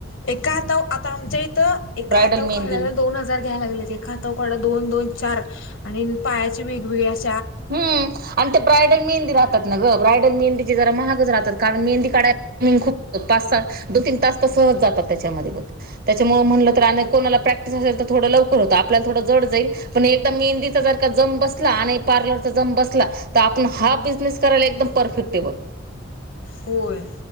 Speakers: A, on the left (about 80°); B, on the right (about 50°).
A: एका हातावर आता आमच्या इथं एका
B: ब्रायडल
A: हातावर
B: मेहंदी
A: काढयला दोन हजार घ्यायला लागलेत एका हातावर काढ दोन दोन द चार आणि पायाची वेगवेगळे अस
B: हम्म आणि ते ब्रायडल मेहंदी राहतात ना ग ब्रायडल मेहंदी जरा महागच राहतात कारण मेंदी काढाला खूप पाच सात दोन तीन तास तर सहज जात त्या त्याच्यामुळे म्ह तर प्रॅक्टिस असेल तर थोड लवकर होत आपल्याला ड ज जाईल पण मेहंदीचा जारख जम बसला आणि पार्लर ज बला तर आप हा बिझनेस करायला एकदम परफेक्ट
A: होय